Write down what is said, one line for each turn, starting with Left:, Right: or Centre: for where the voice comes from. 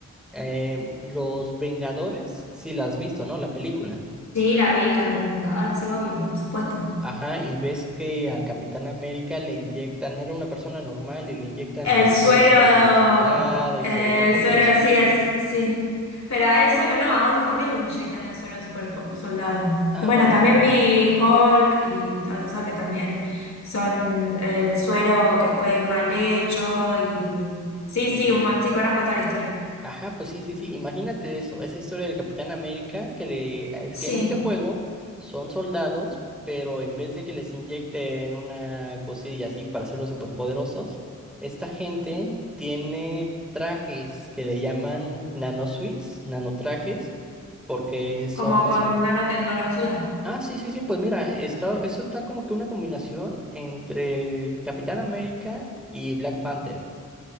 Centre: eh, Los Vengadores, si la has visto, ¿no? La película.
Left: Sí, la vi, la, Los Vengadores, sí, obvio, por supuesto.
Centre: Ajá, y ves que al Capitán América le inyectan, era una persona normal y le inyectan
Left: El
Centre: el
Left: suero,
Centre: suero de super soldado
Left: el
Centre: y se vuelve poderosísimo.
Left: suero sí es, sí. Pero a él solo no, a otros también le inyectan el suero de super po- soldado.
Centre: Ah,
Left: Y bueno,
Centre: bueno,
Left: también vi Hulk y todos esos que también son el suero que fue mal hecho y sí,
Centre: y
Left: sí, un mon- sí, conozco toda la historia.
Centre: Ajá, pues sí, sí, sí. Imagínate eso, esa historia del Capitán América, que le, ah, es
Left: Sí,
Centre: que en este juego son soldados, pero en vez de que les inyecten una cosilla así para hacerlos superpoderosos, esta gente tiene trajes que le llaman nanosuits, nanotrajes, porque son
Left: como
Centre: más...
Left: con
Centre: mon-
Left: nanotecnología.
Centre: Ah, sí, sí, sí, pues mira, está, eso está como que una combinación entre el Capitán América y Black Panther,